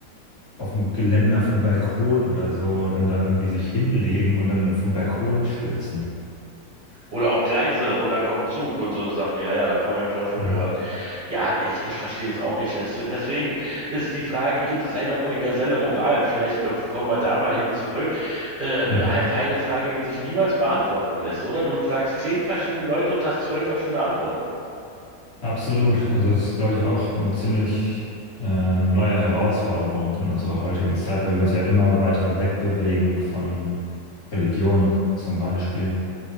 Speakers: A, on the left; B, on the right.
A: auf dem Geländer vom Balkon oder so, dann da irgendwie sich hinlegen und dann vom Balkon stürzen.
B: Oder auf Gleise und dann kommt ein Zug und so eine Sachen. Ja, ja, davon habe ich auch schon
A: Mhm.
B: gehört. Ja, ich, ich verstehe das auch nicht. Es, deswegen ist die Frage, gibt es eine universelle Moral? Vielleicht äh, kommen wir da mal hin zurück. Äh,
A: Mhm.
B: halt eine Frage, die sich niemals beantworten lässt, oder? Du fragst zehn verschiedene Leute und hast zwölf verschiedene Antworten.
A: Absolut. Also es ist, glaube ich, auch eine ziemlich äh, neue Herausforderung in unserer heutigen Zeit, weil wir uns ja immer weiter wegbewegen von Religion zum Beispiel.